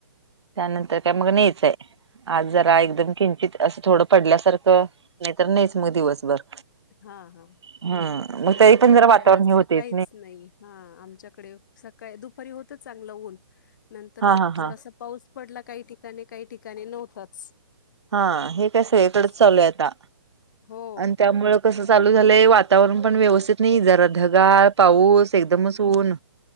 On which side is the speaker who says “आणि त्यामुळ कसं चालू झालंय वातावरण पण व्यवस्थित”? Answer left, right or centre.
Right